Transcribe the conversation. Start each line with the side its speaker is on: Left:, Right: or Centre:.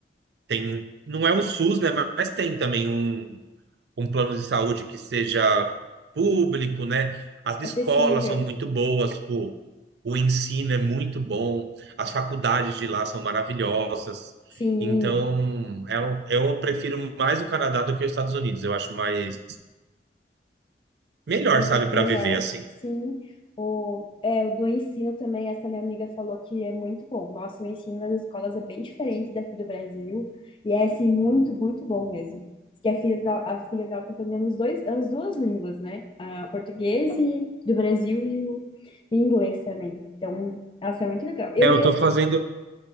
Right: Tem, não é o SUS, né? Mas tem também um. um plano de saúde que seja público, né? As
Left: Acessível.
Right: escolas são muito boas, o, o ensino é muito bom, as faculdades de lá são maravilhosas.
Left: Sim.
Right: Então, é um- eu prefiro mais o Canadá do que os Estados Unidos. Eu acho mais melhor,
Left: Mas
Right: sabe,
Left: é
Right: para
Left: melhor,
Right: viver assim.
Left: sim. O, é, o do ensino também, essa minha amiga falou que é muito bom. Nossa, o ensino nas escolas é bem diferente daqui do Brasil. E é, assim, muito, muito bom mesmo. Diz Que a filha dela, a filha dela tá aprendendo os dois, as duas línguas, né? A português e, do Brasil e o e inglês também. Então, ela é muito legal. Eu,
Right: É, eu
Left: eu,
Right: tô fazendo,